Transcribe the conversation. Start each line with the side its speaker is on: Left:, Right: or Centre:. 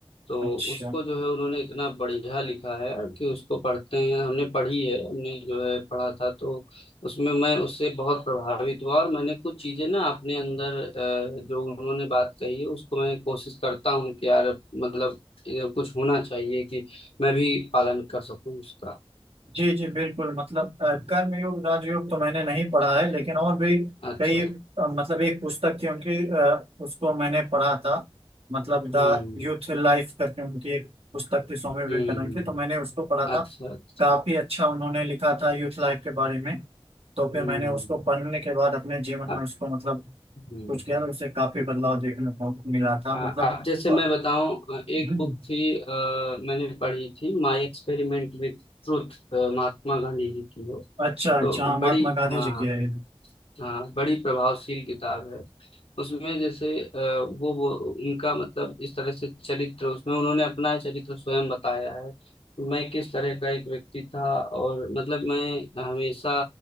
Left: तो
Right: अच्छा
Left: उसको जो है उन्होंने इतना बढ़िया लिखा है कि उसको पढ़ते हैं हमने पढ़ी है हमने जो है पढ़ा था तो उसमें मैं उससे बहुत प्रभावित हुआ और मैंने कुछ चीजें ना अपने अंदर अ, जो उन्होंने बात कही है उसको मैं कोशिश करता हूँ कि यार मतलब अ, कुछ होना चाहिए कि मैं भी पालन कर सकूँ उसका
Right: जी जी बिल्कुल मतलब अ, कर्मयोग राजयोग तो मैंने नहीं पढ़ा है लेकिन और भी
Left: अच्छा
Right: कई अ, मतलब एक पुस्तक थी उनकी अ, उसको मैंने पढ़ा था मतलब द
Left: हम्म
Right: यूथ लाइफ करके उनकी एक पुस्तक थी स्वामी
Left: हम्म
Right: विवेकानंद की तो मैंने उसको पढ़ा
Left: अच्छा
Right: था
Left: अच्छा
Right: काफी अच्छा उन्होंने लिखा था यूथ लाइफ के बारे में तो
Left: हम्म
Right: फिर मैंने उसको पढ़ने के बाद अपने जीवन
Left: अब
Right: में उसको मतलब
Left: हम्म
Right: कुछ किया तो उससे काफी बदलाव देखने को मिला था
Left: आ-
Right: मतलब
Left: अब जैसे
Right: और
Left: मैं बताऊं अ, एक
Right: हम्म,
Left: बुक थी आ, मैंने पढ़ी थी my experiment with truth Mahatma Gandhi ji की हो
Right: अच्छा अच्छा
Left: तो
Right: हाँ, महात्मा
Left: बड़ी
Right: गांधी
Left: हाँ
Right: जी की है ये।
Left: हाँ बड़ी प्रभावशील किताब है उसमें जैसे अ, वो वो उनका मतलब इस तरह से चरित्र उसमें उन्होंने अपना चरित्र स्वयं बताया है कि मैं किस तरह का एक व्यक्ति था और मतलब मैं हमेशा